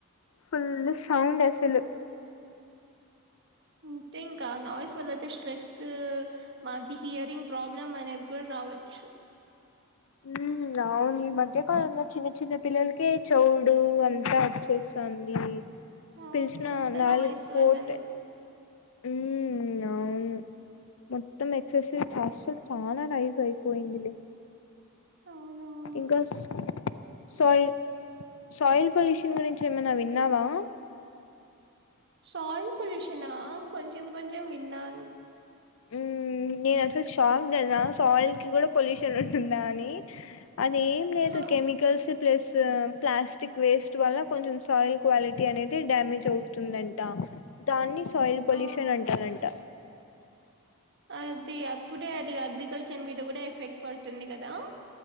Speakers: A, on the left; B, on the right.
A: ఫుల్
B: హ్మ్
A: సౌండ్ అస్సల్
B: ఇంతే ఇంక నాయ్స్ వల్ల అయితే స్ట్రెస్ మాకి హియరింగ్ ప్రాబ్లమ్ అనేది కూడా రా రావచ్చు
A: ఉ అవును ఈ మధ్యకాలంలో చిన్న చిన్న పిల్లలకే చౌడు అంతా వచ్చేస్ అండి
B: అవును
A: పిలిచిన
B: అదంతా
A: నాలుగ్
B: నాయిస్
A: ఫోర్
B: వల్లనే
A: టై ఉ అవును మొత్తం ఎక్ససైజ్ అస్సల్ చానా నైజయిపోయిందిలే
B: అవునవును.
A: ఇంకాస్ సయి సాయిల్ పొల్యూషన్ గురించి ఏమైనా విన్నావా
B: సాయిల్ పొల్యూషనా కొంచెం కొంచెం విన్నాను
A: ఉ నేను అసలు షాక్ తెల్సా సాయిల్ కి కూడా పొల్యూషన్ ఉంటుందా అని అది ఏం లేదు
B: హా,
A: కెమికల్స్ ప్లస్ ప్లాస్టిక్ వేస్ట్ వల్ల కొంచెం సాయిల్ క్వాలిటీ అనేది డ్యామేజ్ అవుతుందంట దాన్ని సాయిల్ పొల్యూషన్
B: ఆ
A: అంటారంట
B: అది అప్పుడే అది అగ్రికల్చర్ మీద కూడా ఎఫెక్ట్ పడుతుంది కదా